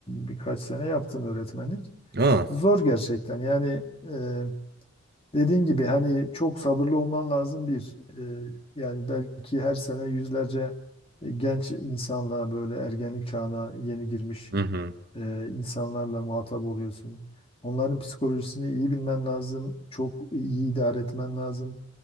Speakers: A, on the left; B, on the right.
A: birkaç sene yaptım öğretmenlik.
B: Ha.
A: Zor gerçekten. Yani eee dediğin gibi hani çok sabırlı olman lazım bir. Eee, yani belki her sene yüzlerce e, genç insanla böyle ergenlik çağına yeni girmiş
B: Hı hı.
A: e, insanlarla muhatap oluyorsun. Onların psikolojisini iyi bilmen lazım. Çok iyi idare etmen lazım.